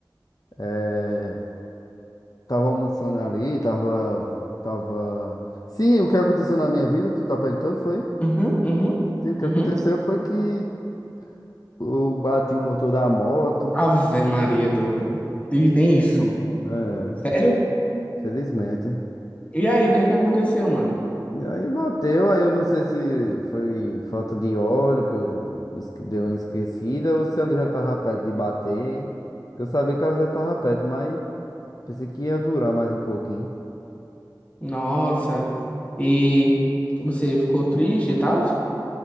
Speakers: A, on the left (about 55°); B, on the left (about 20°).
A: eh, tava almoçando ali, tava, tava. Sim, o que aconteceu na minha vida, tu tá perguntando, foi?
B: Uhum, uhum,
A: Sim, o que
B: uhum.
A: aconteceu foi que eu bati o motor da moto,
B: Ave Maria, doido. E nem isso.
A: né?
B: Sério?
A: Felizmente.
B: E aí, o que é que aconteceu, mano?
A: E aí bateu, aí eu não sei se foi falta de óleo que eu esque- deu uma esquecida ou se ela já tava perto de bater. Porque eu sabia que ela já tava perto, mas. Pensei que ia durar mais um pouquinho.
B: Nossa. E você ficou triste e tal?